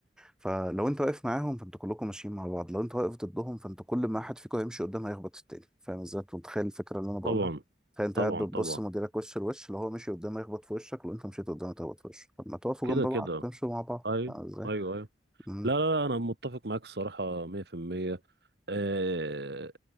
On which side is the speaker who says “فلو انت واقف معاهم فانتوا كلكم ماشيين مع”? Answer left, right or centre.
Centre